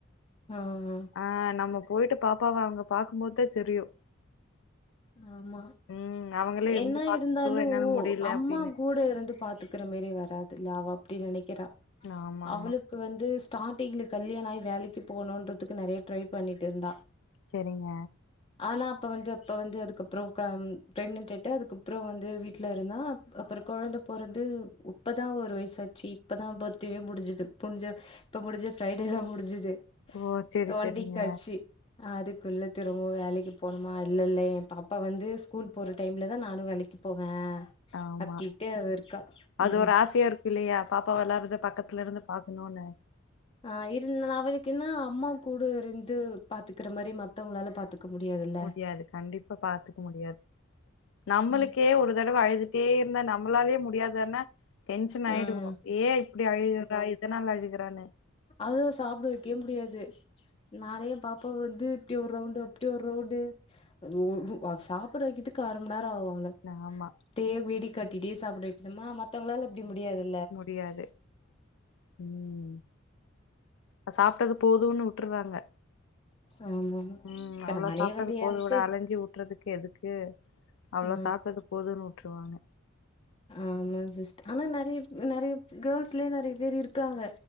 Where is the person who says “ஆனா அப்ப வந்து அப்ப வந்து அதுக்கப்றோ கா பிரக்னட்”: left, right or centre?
Left